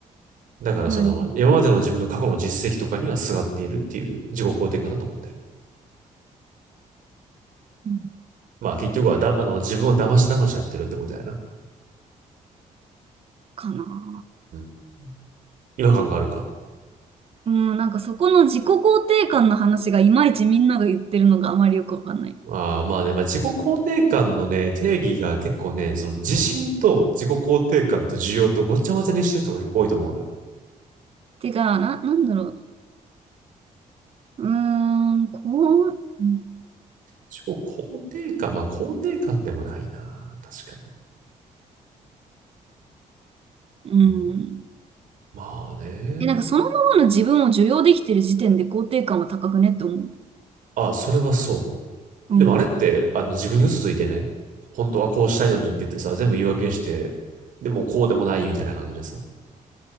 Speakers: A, on the right; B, on the right.
A: だからその、
B: なるほど。
A: 今までの自分の過去の実績とかにはすがっているっていう自己肯定感だと思ってる。
B: うん
A: まあ結局はだ、あの、自分を騙し騙しやってるってことやな。
B: かな。
A: うん。違和感があるか。
B: うん、なんかそこの自己肯定感の話がいまいちみんなが言ってるのがあまりよくわかんない。
A: ああ、まあね、まあ、自己肯定感のね、定義が結構ね、その自信と自己肯定感と需要とごっちゃ混ぜにしてる人が結構多いと思うのよ。
B: てか、な、なんだろう。うーん、こう、う
A: 自己肯定感、まあ肯定感でもないな、確かに。
B: ん。
A: うん、まあね。
B: え、なんかそのままの自分を受容できてる時点で肯定感は高くねって思う。
A: あ、それはそ
B: うん。
A: う。でもあれって、あの自分に嘘ついてね、本当はこうしたいのにって言ってさ、全部言い訳して、でもこうでもないみたいな感じでさ。